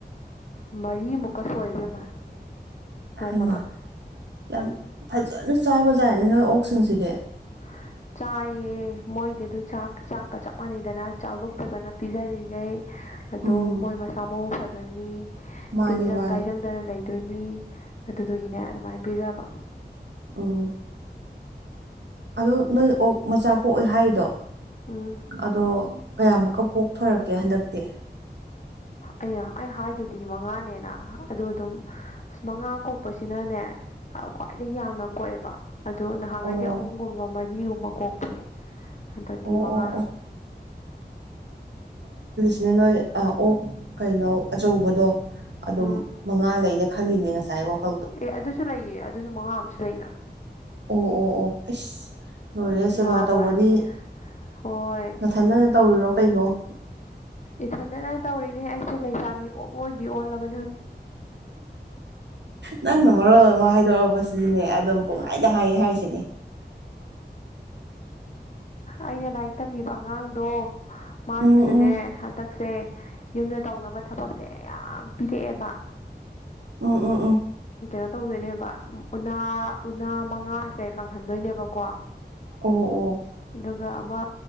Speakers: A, on the left; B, on the right.
A: ꯃꯔꯤꯃꯨꯛꯀ ꯁꯣꯏꯕꯝꯃꯦ ꯅꯣꯡꯃꯗ
B: ꯍꯩꯃꯥ ꯌꯥꯝ ꯐꯖꯅ ꯆꯥꯕꯖꯥꯔꯅꯦ ꯅꯣꯏ ꯑꯣꯛꯁꯤꯡꯁꯤꯗꯤ
A: ꯍ ꯆꯥꯏꯌꯦ ꯃꯣꯏꯗꯤ ꯑꯗꯨ ꯆꯥꯛ ꯆꯥꯛꯀ ꯆꯞ ꯃꯥꯟꯅꯩꯗꯅ ꯆꯥꯛꯂꯨꯛ ꯐꯖꯅ ꯄꯤꯖꯔꯤꯈꯩ ꯑꯗꯨꯝ
B: ꯎꯝ
A: ꯃꯣꯏ ꯃꯁꯥ ꯃꯎ ꯐꯗꯣꯏꯅꯤ
B: ꯃꯥꯅꯦ
A: ꯇꯤꯟꯖꯪ
B: ꯃꯥꯅꯦ
A: ꯀꯥꯏꯖꯪꯗꯅ ꯂꯩꯗꯣꯏꯅꯤ ꯑꯗꯨꯗꯨꯒꯤꯅꯦ ꯑꯗꯨꯃꯥꯏꯅ ꯄꯤꯖꯕ
B: ꯑꯣ ꯑꯗ ꯅꯣꯏ ꯑꯣꯛ ꯃꯆꯥ ꯄꯣꯛꯑꯦ ꯍꯥꯏꯔꯤꯗꯣ
A: ꯎꯝ
B: ꯑꯗꯣ ꯀꯌꯥꯃꯨꯛ ꯀꯄꯣꯛ ꯊꯣꯔꯛꯀꯦ ꯍꯟꯗꯛꯇꯤ
A: ꯑ ꯑꯩ ꯍꯥꯏꯗꯨꯗꯤ ꯃꯉꯥꯅꯦꯅ ꯑꯗꯨ ꯑꯗꯨꯝ ꯑꯁ ꯃꯉꯥ ꯀꯣꯛꯄꯁꯤꯅꯅꯦ ꯈ꯭ꯋꯥꯏꯗꯒꯤꯩ ꯌꯥꯝꯅ ꯀꯣꯛꯑꯦꯕ ꯑꯗꯨꯗ ꯅꯍꯥꯟꯈꯩꯗꯤ
B: ꯑꯣ
A: ꯑꯍꯨꯝꯒꯨꯝꯕ ꯃꯔꯤꯒꯨꯝꯕ ꯀꯣꯛꯄꯅꯦ ꯍꯟꯗꯇꯤ
B: ꯑꯣ
A: ꯃꯉꯥ
B: ꯑꯣ ꯑꯣ ꯁꯤꯅ ꯅꯣꯏ ꯑꯣꯛ ꯀꯩꯅꯣ ꯑꯆꯧꯕꯗꯣ ꯑꯗꯨꯝ
A: ꯎꯝ
B: ꯃꯉꯥ ꯂꯩ ꯈꯜꯂꯤꯅꯦ ꯉꯁꯥꯏ ꯋꯥꯈꯜꯗꯣ
A: ꯑꯦ ꯑꯗꯨꯁꯨ ꯂꯩꯌꯦ ꯑꯗꯨꯁꯨ ꯃꯉꯥ ꯑꯃꯁꯨ ꯂꯩꯅ
B: ꯑꯣ ꯑꯣ ꯑꯣ ꯂꯣꯏꯔꯦ ꯁꯦꯕꯥ
A: ꯅꯥꯕ
B: ꯇꯧꯕꯗꯤ
A: ꯑꯅꯤ ꯍꯣꯏ
B: ꯅꯊꯟꯗꯅ ꯇꯧꯔꯤꯔꯣ ꯀꯩꯅꯣ
A: ꯏꯊꯟꯗꯅ ꯇꯧꯔꯤꯅꯦ ꯑꯩꯁꯦ ꯂꯩꯁꯥꯕꯤ ꯑꯣꯏꯕꯤ ꯑꯣꯜꯂꯕ
B: ꯅꯪ ꯅ ꯃꯔꯔꯣ ꯍꯥꯏꯥꯏꯗꯣꯔꯛꯄ ꯁꯤꯅꯦ ꯑꯗꯨꯝ ꯄꯨꯡꯍꯥꯏꯗ ꯍꯥꯏꯌꯦ ꯍꯥꯏꯔꯤꯁꯤꯅꯦ
A: ꯑꯩꯅ ꯂꯥꯏꯔꯤꯛ ꯇꯝꯕꯤꯕ ꯑꯉꯥꯡꯗꯣ ꯃꯥꯒꯤꯁꯨꯅꯦ
B: ꯎꯝ ꯎꯝ
A: ꯍꯟꯗꯛꯁꯦ ꯌꯨꯝꯗ ꯇꯧꯅꯕ ꯊꯕꯛꯁꯦ ꯌꯥꯝ ꯄꯤꯔꯛꯑꯦꯕ
B: ꯎꯝ ꯎꯝ ꯎꯝ
A: ꯀꯩꯅꯣ ꯇꯧꯗꯣꯏꯅꯦꯕ ꯎꯅꯥ ꯎꯅꯥ ꯃꯉꯥꯁꯦ ꯀꯪꯍꯟꯗꯣꯏꯅꯦꯕꯀꯣ
B: ꯑꯣ ꯑꯣ
A: ꯑꯗꯨꯒ ꯑꯃ